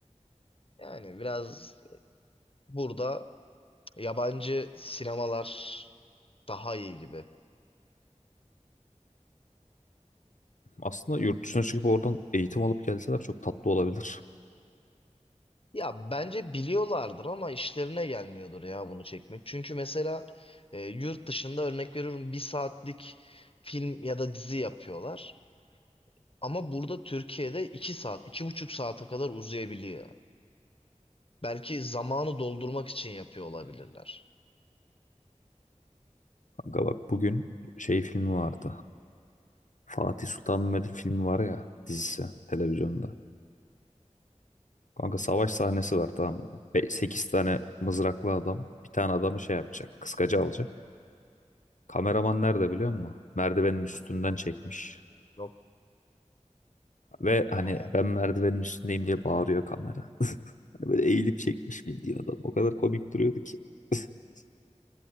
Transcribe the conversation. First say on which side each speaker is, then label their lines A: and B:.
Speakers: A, on the left; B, on the left.
A: Yani biraz burada Yabancı sinemalar daha iyi gibi.
B: Aslında yurt dışına çıkıp oradan eğitim alıp gelseler çok tatlı olabilir.
A: Ya bence biliyorlardır ama işlerine gelmiyordur ya bunu çekmek. Çünkü mesela e, yurt dışında örnek veriyorum bir saatlik film ya da dizi yapıyorlar. Ama burada Türkiye'de iki saat, iki buçuk saate kadar uzayabiliyor. Belki zamanı doldurmak için yapıyor olabilirler.
B: Kanka bak bugün şey filmi vardı. Fatih Sultan Mehmet'in filmi var ya dizisi televizyonda. Kanka savaş sahnesi var tamam mı? sekiz tane mızraklı adam bir tane adamı şey yapacak. Kıskacı alacak. Kameraman nerede biliyor musun? Merdivenin üstünden çekmiş.
A: Yok.
B: Ve hani
A: Aa.
B: ben merdivenin üstündeyim diye bağırıyor kamera. <laughs> Hani böyle eğilip çekmiş bildiğin adam. O kadar komik duruyordu ki. <laughs>